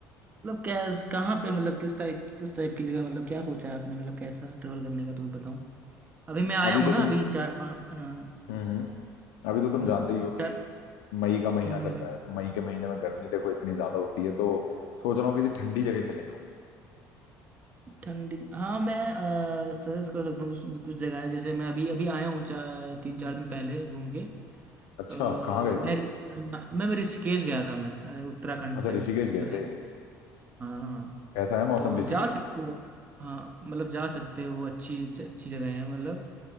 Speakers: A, on the right (about 25°); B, on the left (about 85°).
A: मतलब क्या कहाँ पे मतलब किस टाइप किस टाइप की जगह मतलब क्या सोचा है आपने मतलब कैसा ट्रेवल करने का तो बताऊँ अभी मैं आया
B: अभी
A: हूँ
B: तो
A: ना
B: तुम
A: अभी चार पाँच अ,
B: हम्म हम्म अभी तो तुम
A: हम्म,
B: जानते ही हो
A: चार-
B: कि मई का महीना
A: हम्म,
B: चल
A: हम्म,
B: रहा है तो मई के महीने में गर्मी देखो इतनी ज्यादा होती है तो सोच रहा हूँ किसी ठंडी जगह चले जाऊं
A: ठंडी हाँ मैं सजेस्ट कर सकता हूँ कुछ कुछ जगह है जैसे मैं अभी अभी आया हूँ चार तीन चार दिन पहले घूम के अ,
B: अच्छा
A: मैं
B: कहाँ गए थे
A: मैं मैं ऋषिकेश गया था मैं अ, उत्तराखंड
B: अच्छा
A: साइड
B: ऋषिकेश गए
A: जो है
B: थे
A: हाँ हाँ हाँ।
B: कैसा है मौसम
A: तो
B: ऋषिकेश
A: जा
B: में
A: सकते हो हाँ मतलब जा सकते हो अच्छी अच्छी जगह है मतलब